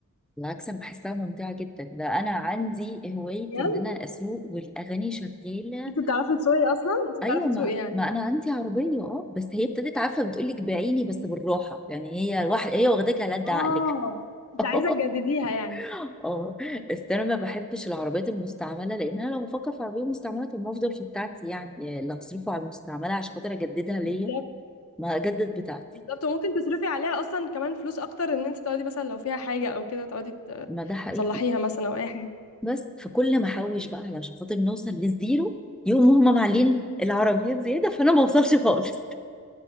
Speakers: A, in the centre; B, on the left.
A: بالعكس انا بحسها ممتعه جدا ده انا عندي هوايه
B: بجد
A: ان انا اسوق والاغاني شغاله
B: انت بتعرفي تسوقي اصلا انت بتعرفي
A: ايوه ما
B: تسوقي يعني
A: ما انا عندي عربيه اه بس هي ابتدت عارفه بتقول لك بعيني بس بالراحه يعني هي الواحد هي واخداك على قد
B: اه
A: عقلك
B: انت
A: <laughs>
B: عايزه تجدديها يعني
A: <laughs> اه بس انا ما بحبش العربيات المستعمله لان انا لو بفكر في عربيه مستعمله طب ما افضل في بتاعتي يعني يعني اللي هصرفه على المستعمله عشان خاطر اجددها ليا
B: بالظبط
A: ما اجدد بتاعتي
B: بالظبط وممكن تصرفي عليها اصلا كمان فلوس اكتر ان انت تقعدي مثلا لو فيها حاجه او كده تقعدي ت-
A: ما ده حقيقي
B: تصلحيها مثلا او اي حاجه
A: بس فكل ما احوش بقى علشان خاطر نوصل للزيرو يقوم هم معلين العربيات زياده فانا ما اوصلش خالص <laughs>